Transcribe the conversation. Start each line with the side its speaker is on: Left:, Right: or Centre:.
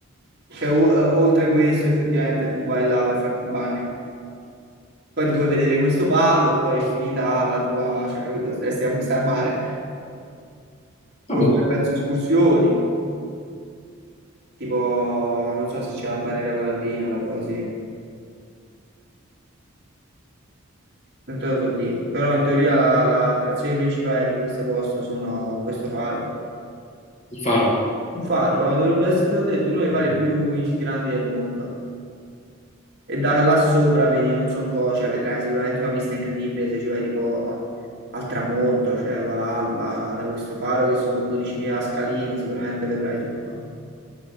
Right: Cioè, o- eh, oltre questo, effettivamente tu vai là per farti il bagno. Poi ti puoi vedere questo palo e poi è finita la tua, cioè, capito, stai, stai a mare.
Left: Ah,
Right: Puoi
Left: boh,
Right: fare, penso, escursioni. Tipo, non so se c'è la barriera corallina, roba così. Non te lo so dire. Però in teoria la, la attrazione principale di questo posto sono questo faro.
Left: il faro.
Right: Un faro eh, dovrebbe essere, te l'ho detto, uno dei fari più in- grandi del mondo. E da là sopra vedi non so cosa, cioè vedrai sicuramente una vista incredibile se ci vai tipo al tramonto, cioè o all'alba, da questo faro che sono 12.000 scalini, sicuramente vedrai tutto.